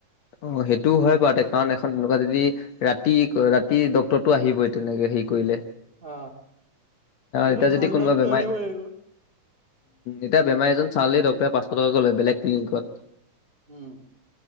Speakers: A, on the left (about 65°); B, on the right (about 20°).
A: অ সেইটোও হয় বাৰু তে কাৰণ এখন তেনেকুৱা যদি ৰাতি ৰাতি ডক্তৰটো আহিবই তেনেকে। হেৰি কৰিলে।
B: অ। কিন্তু
A: এতিয়া
B: ভাল
A: যদি কোনোবা
B: ডক্তৰ
A: বেমাই
B: আনিব লাগিব।
A: এতিয়া বেমাই এজন ছালেই ডক্তৰে পাচ ফতকৈ বেলেগ ক্লিকত।
B: উম।